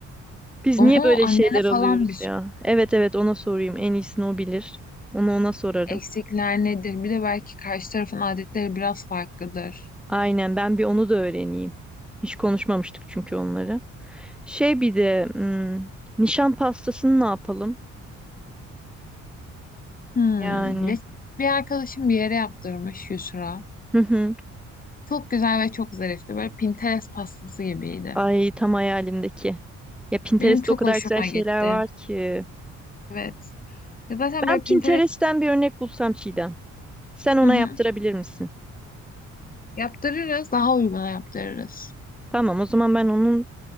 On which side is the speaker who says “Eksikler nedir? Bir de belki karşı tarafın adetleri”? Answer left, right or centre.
Left